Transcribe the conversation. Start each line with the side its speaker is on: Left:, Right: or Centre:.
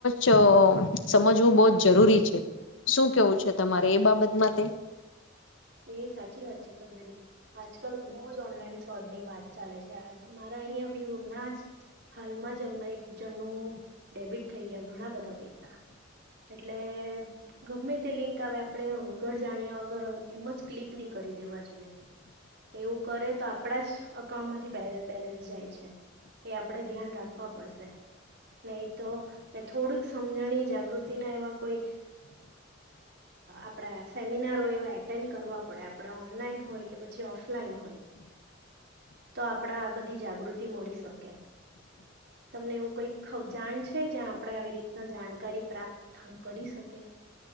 Left: જ સમજવું બહ જ જરૂરી છે. શું કેવું છે? તમારે એ બાબત માટે.
Right: એ સાચી વાત છે તમારી આજકાલ બહુ જ ઓનલાઈન ફ્રોડ ની વાત ચાલે છે, મારા અહિયાં બી હમણાં જ હાલમાં જ હમણાં એક જણનું ડેબિટ થઈ ગયા ઘણા બધા પૈસા. એટલે ગમે તે લિંક આવે આપણે વ ઘર જાણ્યા વગર એમ જ ક્લિક નહી કરી દેવા જોઈએ એવું કરે તો આપણા જ અકાઉન્ટમાંથી બેલેન્સ જાય છે એ આપણે ધ્યાન રાખવા પડશે નહી તો ને થોડક સમજણી જાગૃતિના એવા કોઈ આપણા સેમિનારો એવા એક એટેન્ડ કરવા પડે આપણે ઓનલાઈન હોય કે પછી ઓફલાઈન હોય તો આપણે આ બધી જાગૃતિ મળી શકે તમને એવું કઈક જાણ છે જ્યાં આપણે આવી રીતના જાણકારી પ્રાપ્ત કરી શકે